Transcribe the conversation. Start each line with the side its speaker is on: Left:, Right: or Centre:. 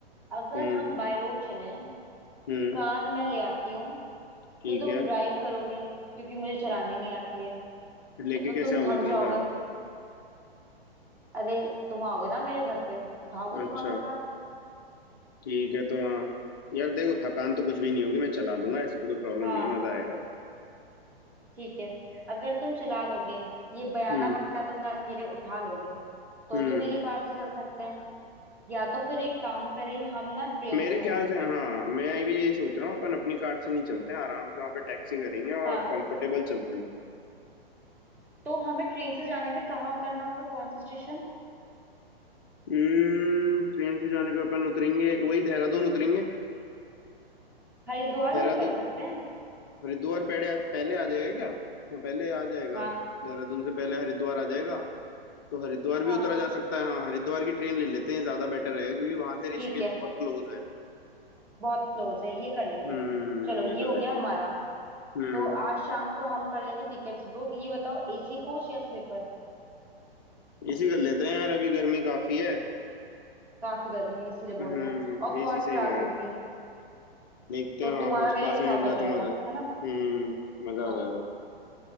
Centre: अगर
Left: हम्म
Centre: हम बाय रोड चलें
Left: हम्म
Centre: कार मैं ले आती हूँ
Left: ठीक
Centre: तो तुम
Left: है
Centre: ड्राइव करोगे क्योंकि मुझे चलानी नहीं आती है
Left: लेके
Centre: तो तुम
Left: कैसे आओगे
Centre: थक
Left: तुम
Centre: जाओगे
Left: कार
Centre: अरे तुम आओगे ना मेरे घर पे उठाओगे
Left: अच्छा
Centre: तुम आके कार
Left: ठीक है तो हाँ यार देखो थकान तो कुछ भी नहीं होगी मैं चला लूंगा ऐसी तो कोई प्रॉब्लम
Centre: हाँ
Left: नहीं है मजा आएगा
Centre: ठीक है अगर तुम चला लोगे ये बयाना
Left: हम्म
Centre: बट्टा तुमने अकेले उठा लोगे तो
Left: हम्म
Centre: तो मेरी कार से चल सकते हैं या तो फिर एक काम करें हम ना ट्रेन
Left: मेरे
Centre: से चलें
Left: ख्याल से हाँ मैं भी यही सोच रहा हूँ अपन अपनी कार से नहीं चलते हैं आराम से वहाँ पे टैक्सी करेंगे
Centre: हाँ
Left: और कंफर्टेबल चलते हैं थोड़ा
Centre: तो हमें ट्रेन से जाने में कहाँ उतरना होगा कौन सा स्टेशन
Left: हम्म ट्रेन से जाने पे अपन उतरेंगे वही देहरादून उतरेंगे
Centre: हरिद्वार
Left: देहरादून
Centre: भी तो उतर सकते हैं
Left: हरिद्वार पहले पहले आ जाएगा क्या हाँ पहले आ जाएगा
Centre: हाँ
Left: देहरादून से पहले हरिद्वार आ जाएगा तो हरिद्वार भी
Centre: हाँ
Left: उतरा जा सकता है हाँ हरिद्वार की ट्रेन ले लेते हैं ज्यादा बेटर रहेगा क्योंकि वहां से ऋषिकेश
Centre: ठीक है
Left: बहुत क्लोज है
Centre: बहुत क्लोज है ये कर लेंगे
Left: हम्म
Centre: चलो ये
Left: ये कर
Centre: हो
Left: लेते
Centre: गया हमारा
Left: हैं हम्म
Centre: तो आज शाम को हम कर लेंगे टिकट्स बुक ये बताओ एसी कोच या स्लीपर
Left: एसी कर लेते हैं यार अभी गर्मी काफी है
Centre: काफी गर्मी है इसीलिए बोल
Left: हम्म
Centre: रहे हैं और
Left: एसी
Centre: फर्स्ट
Left: सही
Centre: क्लास
Left: रहेगा
Centre: एसी
Left: देखते
Centre: तो
Left: हैं हाँ
Centre: तुम्हारा
Left: फर्स्ट
Centre: मेरा
Left: क्लास
Centre: एक साथ
Left: में मिल जाए
Centre: हो जाएगा
Left: तो मजे
Centre: है ना
Left: हम्म मजा
Centre: हाँ
Left: आ जाएगा